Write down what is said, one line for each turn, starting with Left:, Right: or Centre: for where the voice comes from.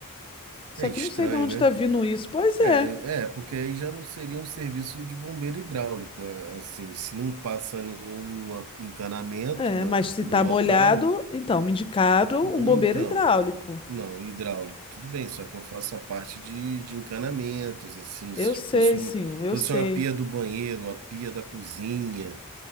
Left: Só
Right: É estranho,
Left: que eu não sei de onde está vindo
Right: né?
Left: isso. Pois
Right: É,
Left: é.
Right: é, porque aí já não seria um serviço de bombeiro hidráulico. é, Assim, se não passa nenhum a- encanamento
Left: É,
Right: na,
Left: mas se
Right: no
Left: tá
Right: local,
Left: molhado, então me indicaram
Right: então,
Left: um bombeiro hidráulico.
Right: não, hidráulico, tudo bem, só que eu faço a parte de, de encanamentos, assim, se
Left: Eu sei,
Right: fosse um,
Left: sim, eu
Right: fosse
Left: sei.
Right: uma pia do banheiro, a pia da cozinha,